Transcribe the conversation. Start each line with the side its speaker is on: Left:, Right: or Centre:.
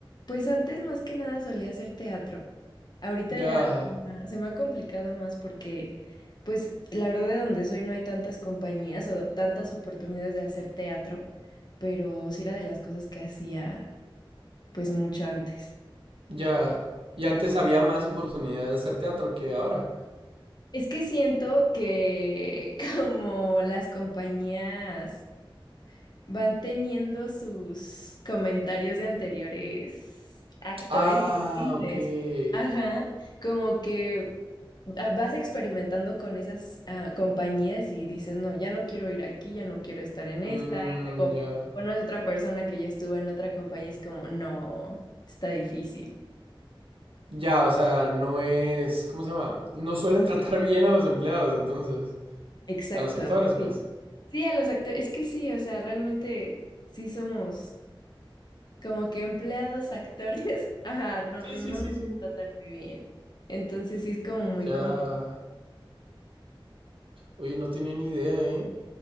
Left: pues antes más que nada solía hacer teatro. Ahorita
Right: Ya,
Left: ya se me ha se me ha complicado más porque, pues la verdad de donde soy no hay tantas compañías o tantas oportunidades de hacer teatro, pero sí era de las cosas que hacía pues mucho antes.
Right: ya. Y antes había más oportunidad de hacer teatro que ahora.
Left: Es que siento que <laughs> como las compañías Van teniendo sus comentarios de anteriores actores
Right: Ah,
Left: y actrices.
Right: ok.
Left: Ajá, como que ah, vas experimentando con esas ah, compañías y dices, no, ya no quiero ir aquí, ya no quiero estar en
Right: Mm,
Left: esta. Y luego
Right: ya.
Left: conoces otra persona que ya estuvo en otra compañía y es como, no, está difícil.
Right: Ya, o sea, no es, ¿cómo se llama? No suelen tratar <laughs> bien a los empleados, entonces,
Left: Exacto.
Right: a los actores,
Left: Sí.
Right: pues.
Left: Sí, a los actores, es que sí, o sea, realmente sí somos. Como que empleados, actores, <laughs> ajá, no,
Right: Sí,
Left: no,
Right: sí, sí,
Left: no me
Right: sí.
Left: tratan muy bien. Entonces sí es como muy
Right: Ya.
Left: complicado.
Right: Oye, no tenía ni idea, ¿eh?